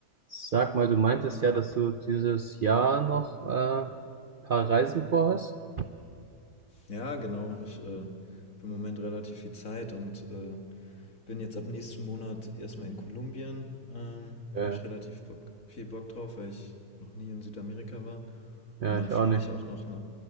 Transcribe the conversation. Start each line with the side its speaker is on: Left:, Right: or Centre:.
Right: Sag mal, du meintest ja, dass du dieses Jahr noch äh, ein paar Reisen vorhast?
Left: Ja, genau. Ich äh, habe im Moment relativ viel Zeit und äh, bin jetzt ab nächsten Monat erstmal in Kolumbien. Ähm,
Right: Okay.
Left: habe ich relativ Bock, viel Bock drauf, weil ich noch nie in Südamerika war.
Right: Ja,
Left: Und dann
Right: ich
Left: fliege
Right: auch nicht.
Left: ich auch noch, na,